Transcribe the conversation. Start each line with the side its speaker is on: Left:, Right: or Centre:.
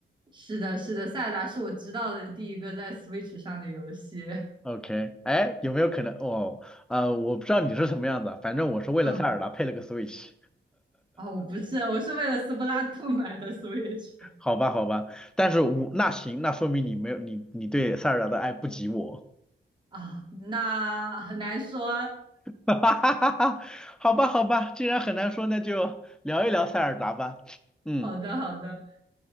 Right: 是的，是的，塞尔达是我知道的第一个在 Switch 上的游戏。
Centre: ？OK，哎，有没有可能哦？呃，我不知道你是什么样子，反正我是为了塞尔达配了个
Right: 嗯，
Centre: Switch，
Right: 啊、我不是，我是为了斯普拉遁买的 Switch
Centre: 好吧好吧，但是我那行，那说明你没有你你对塞尔达的爱不及我，
Right: <laughs> 啊，那很难说。
Centre: <laughs> 哈哈哈哈哈，好吧好吧，既然很难说，那就聊一聊塞尔达吧，嗯。
Right: 好的，好的。